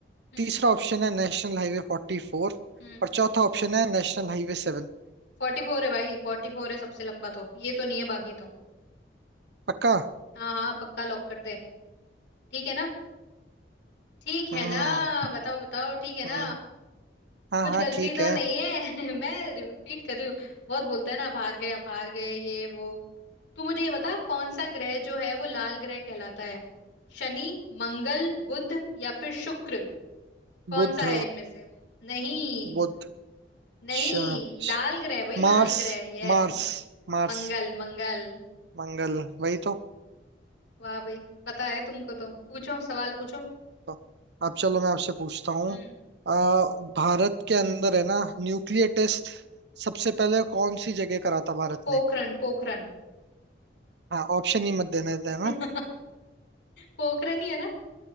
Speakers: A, on the left; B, on the right.
A: हम्म
B: तीसरा ऑप्शन है नेशनल हाईवे फोर्टी फोर
A: हम्म
B: और चौथा ऑप्शन है नेशनल हाईवे सेवन
A: फोर्टी फोर है भाई फोर्टी फोर है सबसे लंबा तो ये तो नहीं है बाकी तो
B: पक्का
A: हाँ हाँ पक्का लॉक कर दे ठीक है ना ठीक है
B: हम्म
A: ना बताओ बताओ ठीक है ना
B: हम्म हाँ
A: कुछ
B: हाँ
A: गलती
B: ठीक
A: तो
B: है
A: नहीं है <laughs> मैं रिपीट कर रही हूँ बहुत बोलता है ना आप हार गए आप हार गए ये वो तू मुझे ये बता कौन सा ग्रह जो है वो लाल ग्रह कहलाता है शनि मंगल बुध या फिर शुक्र कौन
B: बुध
A: सा है इनमें से नहीं
B: बुध
A: नहीं
B: श,
A: लाल
B: श,
A: ग्रह भाई लाल
B: मार्स
A: ग्रह यस
B: मार्स मार्स
A: मंगल मंगल
B: मंगल वही तो
A: वाह भाई पता है तुमको तो पूछो सवाल पूछो
B: तो अब चलो मैं आपसे पूछता हूँ
A: हम्म
B: अ, भारत के अंदर है ना न्यूक्लियर टेस्ट सबसे पहले कौन सी जगह करा था भारत
A: पोखरन
B: ने
A: पोखरन
B: हाँ ऑप्शन ही मत देने
A: <laughs>
B: देना
A: पोखरन ही है